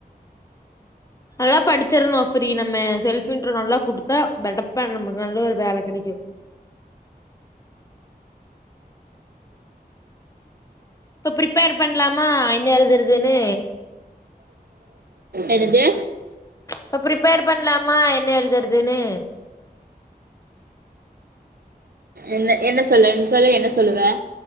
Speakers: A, on the left; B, on the right.
A: நல்லா படிச்சிரணும் ஃப்ரி நம்ம செல்ஃப் இன்ட்ரோ நல்லா குடுத்தா பெடப்பா நம்மளுக்கு நல்ல ஒரு வேலை கிடைக்கு இப்ப ப்ரிப்பேர் பண்லாமா என்ன எழுதுறதுன்னு
B: என்னது
A: இப்ப ப்ரிப்பேர் பண்லாமா என்ன எழுதுறதுன்னு
B: என்ன என்ன சொல்ல நீ சொல்ல என்ன சொல்லுவ